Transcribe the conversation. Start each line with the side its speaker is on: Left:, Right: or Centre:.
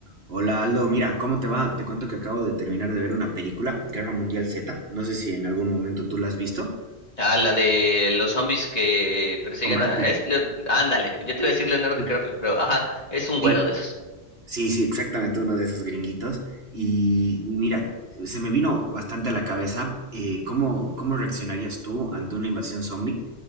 Right: Hola Aldo, mira, ¿cómo te va? Te cuento que acabo de terminar de ver una película, Guerra Mundial Z. No sé si en algún momento tú la has visto.
Left: Ah, la de los zombies que persiguen
Right: Con Brad
Left: a...
Right: Pitt.
Left: Es Leo- Ándale, ya te iba a decir Leonardo DiCaprio,
Right: Sí,
Left: pero ajá, es un güero
Right: sí.
Left: de esos.
Right: Sí, sí, exactamente uno de esos gringuitos. Y, y mira, se me vino bastante a la cabeza eh, cómo, cómo reaccionarías tú ante una invasión zombie.